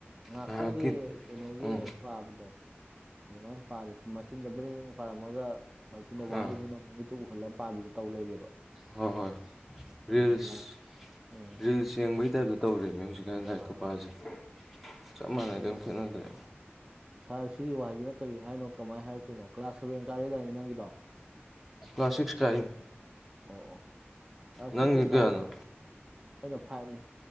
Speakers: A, on the right; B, in the centre.
A: ꯉꯍꯥꯛꯇꯪꯒꯤ
B: ꯉꯥꯏꯍꯥꯛꯀꯤ
A: ꯀꯩꯅꯣꯒꯤ
B: ꯎꯝ
A: ꯄꯥꯕꯗꯣ ꯑꯗꯨꯃꯥꯏꯅ ꯄꯥꯔꯤ ꯃꯆꯤꯟꯗ ꯕ꯭ꯔꯦꯡ ꯍꯦꯛ ꯄꯥꯔꯝꯃꯒ ꯃꯆꯤꯟꯗ ꯋꯥꯍꯩꯗꯨꯅ
B: ꯑꯥ
A: ꯃꯃꯤꯠꯇꯨ ꯎꯍꯜꯂꯒ ꯄꯥꯕꯤꯗꯨ ꯇꯧ ꯂꯩꯔꯦꯕ
B: ꯍꯣꯏ ꯍꯣꯏ
A: ꯑꯗꯨꯃꯥꯏꯅ
B: ꯔꯤꯜꯁ
A: ꯌꯥ ꯎꯝ
B: ꯔꯤꯜꯁ ꯆꯦꯡꯕꯒꯤ ꯇꯥꯏꯞꯇ ꯇꯧꯔꯤꯕꯅꯤ ꯍꯧꯖꯤꯛꯀꯥꯟ ꯂꯥꯏꯔꯤꯛ
A: ꯑ
B: ꯀꯨꯄꯥꯁꯦ ꯆꯞ ꯃꯥꯟꯅꯩ
A: ꯀꯩꯅꯣ
B: ꯑꯗꯨꯝ ꯈꯦꯠꯅꯗ꯭ꯔꯦ
A: ꯁꯥꯔ ꯁꯤꯒꯤ ꯋꯥꯍꯩꯁꯤꯅ ꯀꯔꯤ ꯍꯥꯏꯅꯣ ꯀꯃꯥꯏꯅ ꯍꯥꯏꯔꯛꯇꯣꯏꯅꯣ ꯀ꯭ꯂꯥꯁ ꯁꯕꯦꯟ ꯀꯥꯔꯛꯏꯗꯥꯏꯅꯦ ꯅꯪꯒꯤꯗꯣ
B: ꯀ꯭ꯂꯥꯁ ꯁꯤꯛꯁ ꯇꯥꯏ
A: ꯑꯣ ꯑꯣ ꯀ꯭ꯂꯥꯁ
B: ꯅꯪꯒꯤ
A: ꯁꯤꯛꯁꯀ ꯀꯥꯕ
B: ꯀꯌꯥꯅꯣ
A: ꯑꯩꯅ ꯐꯥꯏꯚꯅꯤ